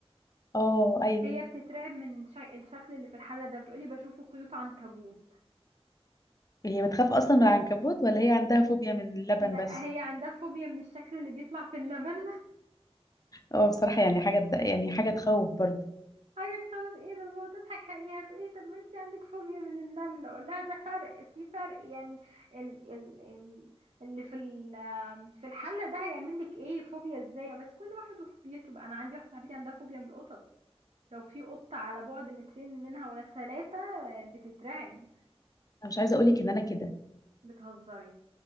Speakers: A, on the left; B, on the right.
A: اه ايوه
B: هي بتترعب من شك... الشكل اللي في الحله ده بتقولي بشوفه خيوط عنكبوت
A: هي بتخاف اصلا من العنكبوت ولا هي عندها فوبيا من اللبن
B: لا
A: بس
B: هي عندها فوبيا من الشكل اللي بيطلع في اللبن
A: اه بصراحه يعني حاجه تض- يعني حاجه تخوف برضه
B: حاجة تخوف ايه ده بابا تضحك عليها تقولي طب ما انتي عندك فوبيا من النملة اقول لها ده فرق في فرق يعني ال ال ال اللي في ال في الحلة ده هيعمل لك ايه فوبيا ازاي بس كل واحد وفوبيته بقى انا عندي واحدة صاحبتي عندها فوبيا من القطط لو في قطة على بعد مترين منها ولا ثلاثة بتترعب
A: انا مش عايزه اقولك ان انا كده
B: بتهزري